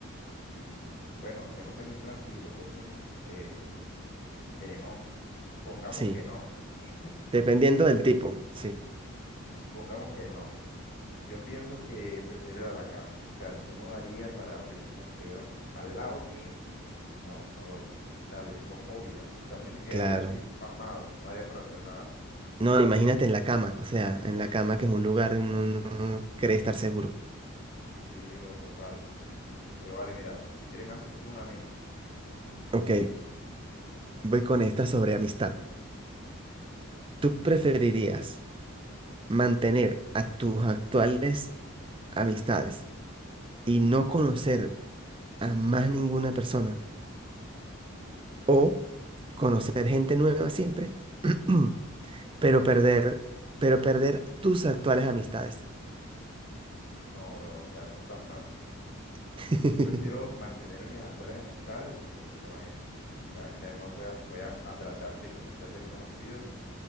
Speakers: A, on the left; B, on the right.
A: Y bueno, aunque no se menciona si los dos son eh, venenosos. Supongamos
B: Sí,
A: que no. <laughs>
B: dependiendo
A: Si su-
B: del tipo, sí,
A: supongamos que no. Yo pienso que prefiero el alacrán. O sea, yo no daría para tener una culebra al lado mío No, no doy. O sea, le tengo fobia. Realmente quedaría
B: claro.
A: así, pasmado. No haría para hacer nada.
B: No, imagínate en la cama, o sea, en la cama que es un lugar donde uno no cree estar seguro.
A: Sí, bro, total. Pero vale, mira, si quieres me haces tú una a mí.
B: Ok, voy con esta sobre amistad. ¿Tú preferirías mantener a tus actuales amistades y no conocer a más ninguna persona o conocer gente nueva siempre, <clears throat> pero
A: Uf,
B: perder, pero perder tus actuales amistades?
A: no, bro, o sea, eso está fácil.
B: <laughs>
A: Yo prefiero mantener mis actuales amistades y no conocer más gente. O sea, es que además voy a, voy a, a tratar de conocer desconocidos